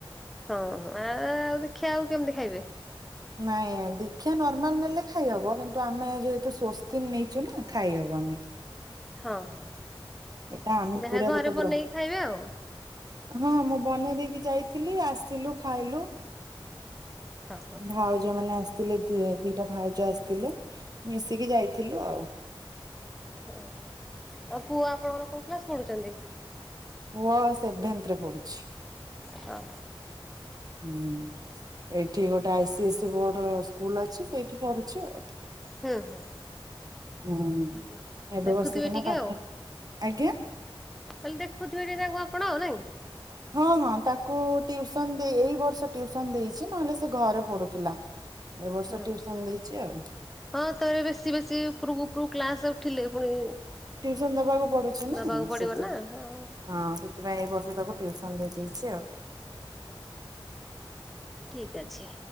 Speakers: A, in the centre; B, on the right.
A: ହଁ ହଁ ଆଉ ଦୀକ୍ଷା ଆଉ କେମିତି ଖାଇବେ।
B: ନାଇଁ ଦୀକ୍ଷା ନର୍ମାଲ ନେଲେ ଖାଇହବ କିନ୍ତୁ ଆମେ ଯେହେତୁ ସ୍ୱସ୍ତିକ ନେଇଛୁ ନା ଖାଇହବନି।
A: ହଁ ହଁ
B: ଏଟା ଆମେ
A: ଯାହା
B: ପୁରା
A: ଘରେ
B: ଗୋଟେ
A: ବନେଇକି
B: ବ୍ର
A: ଖାଇବେ ଆଉ।
B: ହଁ ମୁଁ ବନେଇ ଦେଇକି ଯାଇଥିଲି ଆସିଲୁ ଖାଇଲୁ।
A: ହଁ ହଁ।
B: ଭାଉଜ ମାନେ ଆସିଥିଲେ ଦ ଦିଟା ଭାଉଜ ଆସି ଥିଲେ ମିଶିକି ଯାଇଥିଲୁ ଆଉ।
A: ଓହୋ ଆଉ ପୁଅ ଆପଣଙ୍କର କୋଉ କ୍ଲାସ ପଢୁଛନ୍ତି?
B: ପୁଅ ସେଭେନ୍ତରେ ପଡୁଛି।
A: ହଁ
B: ହୁଁ ଏଇଠି ଗୋଟେ ଆଇ ସି ଏ ସ ବୋର୍ଡ ସ୍କୁଲ ଅଛି ସେଇଠି ପଢୁଛି ଆଉ।
A: ହୁଁ ହୁଁ
B: ହୁଁ
A: ଭଲ
B: ଏବେ
A: ଦେଖୁଥିବେ
B: ବସିକିନା
A: ଟିକେ
B: ପାଠ ଆଜ୍ଞା
A: ଖାଲି ଦେଖୁଥିବେ ଟିକେ ତାଙ୍କୁ ଆପଣ ଆଉ ନାଇଁ।
B: ହଁ ହଁ ତାକୁ ଟିଉସନ ଦେଇ ଏଇ ବର୍ଷ ଟିଉସନ ଦେଇଛି ନହେଲେ ସେ ଘରେ ପଢୁଥିଲା। ଏ ବର୍ଷ
A: ହଁ
B: ଟିଉସନ ଦେଇଛି ଆଉ।
A: ହଁ ତାର ବେଶୀ ବେଶୀ ଉପରକୁ ଉପରକୁ କ୍ଲାସ ଉଠିଲେ ପୁଣି
B: ଟିଉସନ ଦବାକୁ ପଡୁଛ ନା
A: ଦବାକୁ ପଡ଼ିବ
B: ସେଥିପାଇଁ
A: ନା ହଁ
B: ହଁ ସେଥିପାଇଁ ଏଇ ବର୍ଷ ତାକୁ ଟ୍ୟୁସନ ଦେଇଦେଇଛି ଆଉ।
A: ଠିକ୍ ଅଛି।